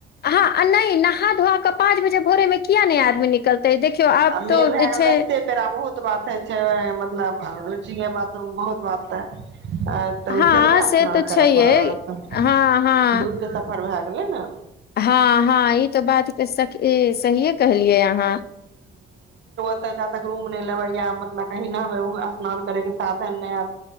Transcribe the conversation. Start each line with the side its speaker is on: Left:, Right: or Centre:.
Left: हँ नहि नहा धोआ कऽ पाँच बजे भोरे मे किया नहि आदमी निकलतै देखियौ आब
Right: आ मेन
Left: तो
Right: भए
Left: जे
Right: गेल
Left: छै
Right: रस्ते पेरा बहुत बात है मतलब रुचि ह बात त बहुत वात आ तऽ
Left: हँ
Right: फेर नहि
Left: से
Right: स्नान
Left: तऽ छैहे
Right: करय पड़त
Left: हँ हँ
Right: दूर के सफर भए भेलै ने
Left: हँ हँ ई तऽ बात तऽ स सहिए कहलियै अहाँ
Right: ओ जा तक रूम नहि लेबे या मतलब की न हबे स्नान कर के साने <unintelligible>